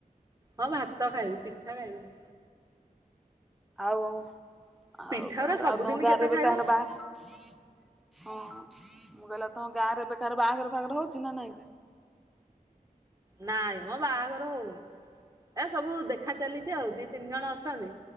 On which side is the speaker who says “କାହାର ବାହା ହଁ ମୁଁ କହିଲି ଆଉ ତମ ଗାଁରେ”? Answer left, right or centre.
Centre